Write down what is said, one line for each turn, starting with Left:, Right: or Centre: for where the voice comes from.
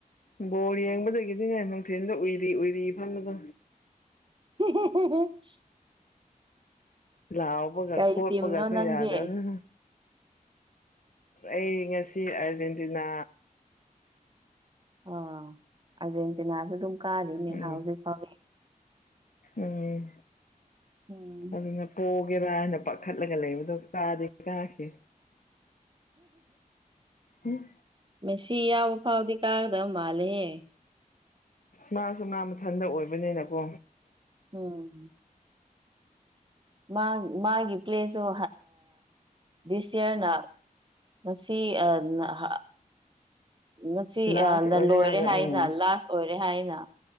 Left: ꯕꯣꯔ ꯌꯦꯡꯕꯗꯒꯤꯗꯤꯅꯦ ꯅꯨꯡꯊꯤꯟꯗ ꯎꯏꯔꯤ ꯎꯏꯔꯤ ꯐꯝꯕꯗꯣ
Right: <unintelligible>
Left: ꯂꯥꯎꯕꯒ
Right: ꯀꯩ
Left: ꯈꯣꯠꯄꯒꯁꯨ
Right: ꯇꯤꯝꯅꯣ ꯅꯪꯗꯤ
Left: ꯌꯥꯗꯕꯅꯤꯅ ꯑꯩ ꯉꯁꯤ ꯑ꯭ꯔꯖꯦꯟꯇꯤꯅꯥ
Right: ꯑꯥ ꯑ꯭ꯔꯖꯦꯟꯇꯤꯅꯥꯖꯨ ꯑꯗꯨꯝ ꯀꯥꯔꯤꯅꯦꯍꯥ
Left: ꯎꯝ
Right: ꯍꯧꯖꯤꯛ ꯐꯥꯎ
Left: ꯎꯝ
Right: ꯎꯝ
Left: ꯑꯗꯨꯅ ꯀꯣꯒꯦꯔꯥ ꯍꯥꯏꯅ ꯄꯥꯈꯠꯂꯒ ꯂꯩꯕꯗꯣ ꯀꯥꯗꯤ ꯀꯥꯈꯤ ꯎꯝ
Right: ꯃꯦꯁꯤ ꯌꯥꯎꯕ ꯐꯥꯎꯗꯤ ꯀꯥꯒꯗꯕ ꯃꯥꯜꯂꯦꯍꯦ
Left: ꯃꯥꯁꯨ ꯃꯥ ꯃꯊꯟꯇ ꯑꯣꯏꯕꯅꯤꯅꯀꯣ
Right: ꯎꯝ ꯃꯥ ꯃꯥꯒꯤ ꯀꯦꯁꯁꯨ ꯗꯤꯁ ꯌ꯭ꯥꯔꯅ ꯃꯁꯤ <unintelligible> ꯉꯥꯁꯤ
Left: ꯂꯥꯁ ꯑꯣꯏꯅꯤꯡꯉꯥꯏꯗ
Right: ꯂꯣꯏꯔꯦ ꯍꯥꯏꯅ
Left: ꯎꯝ
Right: ꯂꯥꯁ ꯑꯣꯏꯔꯦ ꯍꯥꯏꯅ